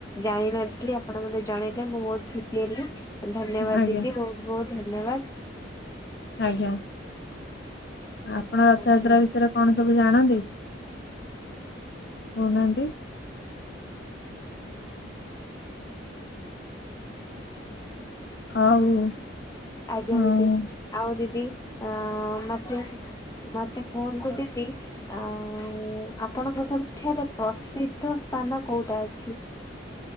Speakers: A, on the left; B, on the left.
A: ଜାଣିନଥିଲି ଆପଣ ମତେ ଜଣେଇଲେ ମୁଁ ବହୁତ ଖୁସି ହେଲି। ଧନ୍ୟବାଦ
B: ଆଜ୍ଞା
A: ଦିଦି ବହୁତ ବହୁତ ଧନ୍ୟବାଦ।
B: ଆଜ୍ଞା। ଆପଣ ରଥଯାତ୍ରା
A: ଆଜ୍ଞା।
B: ବିଷୟରେ କଣ ସବୁ ଜାଣନ୍ତି କହୁନାହାନ୍ତି? ଆଉ
A: ଆଜ୍ଞା
B: ହଁ
A: ଦିଦି। ଆଉ ଦିଦି ଅଁ ମତେ ମତେ କୁହନ୍ତୁ ଦିଦି ଆ ଉ ଆପଣଙ୍କ ସବୁଠାରେ ପ୍ରସିଦ୍ଧ ସ୍ଥାନ କୋଉଟା ଅଛି?